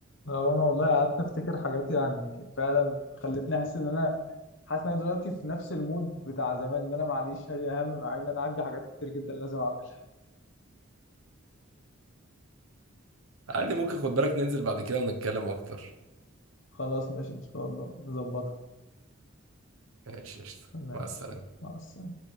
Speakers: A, on the left; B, on the right.
A: آه، وانا والله قعدت افتكر حاجات يعني فعلا خلتني احس ان انا حاسس ان انا دلوقتي في نفس المود بتاع زمان ان انا معليش هي اهم مع ان انا عندي حاجات كتير جدا لازم اعملها
B: عادي ممكن خد بالك ننزل بعد كده ونتكلم اكتر
A: خلاص ماشي ان شاء الله نظبطها
B: ماشي قشطة.
A: ماشي
B: مع السلامه
A: مع السلامة